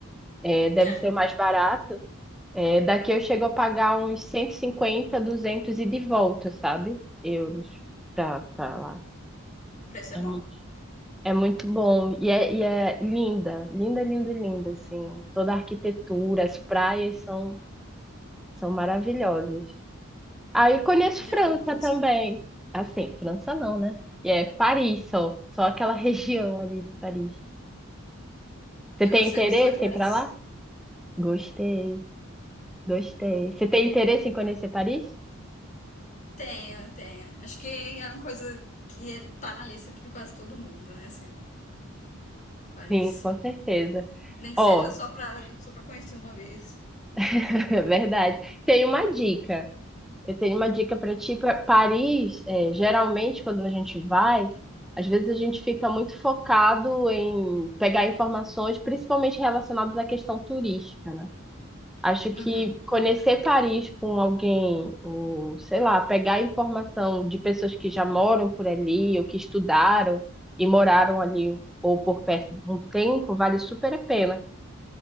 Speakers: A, in the centre; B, on the left (about 35°).
A: É, deve
B: É,
A: ser mais barato. É, daqui eu chego a pagar uns 150, 200 e de volta, sabe? Euros pra, pra lá.
B: o preço é
A: É
B: bom.
A: muito, é muito bom. E é, e é linda, linda, linda, linda, assim. Toda a arquitetura, as praias são, são maravilhosas. Aí conheço
B: Já
A: França
B: vou adicionar.
A: também. Assim, França não, né? E é Paris só, só aquela <laughs> região ali de Paris. Você
B: E
A: tem
B: você
A: interesse
B: gostou de Paris?
A: em ir pra lá? Gostei, gostei. Você tem interesse em conhecer Paris?
B: Tenho, tenho. Acho que é uma coisa que é- tá na lista de quase todo mundo, né? Assim, Paris.
A: Sim, com certeza.
B: Nem que
A: Ó,
B: seja só para só para conhecer uma vez.
A: <laughs> É verdade. Tem uma dica. Eu tenho uma dica para ti. Pra Paris, é, geralmente, quando a gente vai, às vezes a gente fica muito focado em pegar informações, principalmente relacionadas à questão turística, né? Acho que
B: Uhum,
A: conhecer Paris com alguém, ou sei lá, pegar informação de pessoas que já moram por ali, ou que estudaram e moraram ali, ou por perto de um tempo, vale super a pena.